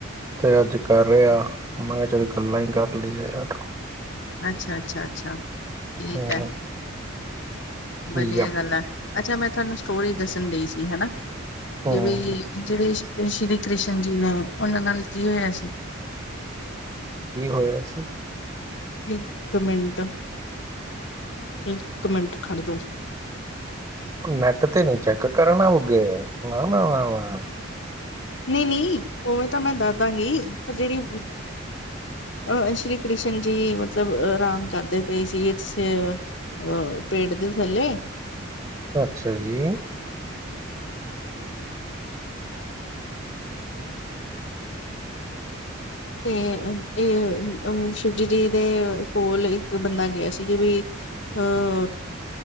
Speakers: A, on the right (about 20°); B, on the left (about 60°).
A: ਤੇ ਅੱਜ ਕਰ ਰਿਹਾ ਮੈਂ ਕਿਹਾ ਚੱਲ ਗੱਲਾਂ ਹੀ ਕਰ ਲਈਆਂ ਯਾਰ
B: ਅੱਛਾ ਅੱਛਾ ਅੱਛਾ ਠੀਕ
A: ਹੂੰ
B: ਹੈ। ਵਧੀਆ
A: ਯਾ
B: ਗੱਲ ਹੈ ਅੱਛਾ ਮੈਂ ਤੁਹਾਨੂੰ ਸਟੋਰੀ ਦੱਸਣ ਡਈ ਸੀ ਹਨਾਂ
A: ਹੂੰ
B: ਕਿ ਬਈ ਜਿਹੜੇ ਸ਼੍ਰੀ ਕ੍ਰਿਸ਼ਨ ਜੀ ਨੇ ਉਹਨਾਂ ਨਾਲ ਕੀ ਹੋਇਆ ਸੀ
A: ਕੀ ਹੋਇਆ ਸੀ?
B: ਇੱਕ ਮਿੰਟ, ਇੱਕ ਮਿੰਟ ਖੜ ਜੌ
A: ਨੈੱਟ ਤੇ ਨੀ ਚੈੱਕ ਕਰਨਾ ਹੋਗੇ ਨਾ- ਨਾ -ਨਾ -ਨਾ
B: ਨਹੀਂ -ਨਹੀਂ ਉਵੇਂ ਤਾਂ ਮੈਂ ਦਸ ਦਵਾਂਗੀ ਪਰ ਜਿਹੜੀ ਅਹ ਸ਼੍ਰੀ ਕ੍ਰਿਸ਼ਨ ਜੀ ਮਤਲਬ ਆਰਾਮ ਕਰਦੇ ਪਏ ਸੀਗੇ ਇਥੇ ਆਹ ਪੇਡ ਦੇ ਥੱਲੇ
A: ਅੱਛਾ ਜੀ।
B: ਤੇ ਇਹ ਅ ਸ਼ਿਵਜੀ ਜੀ ਦੇ ਕੋਲ ਇੱਕ ਬੰਦਾ ਗਿਆ ਸੀਗੇ ਵੀ ਅਹ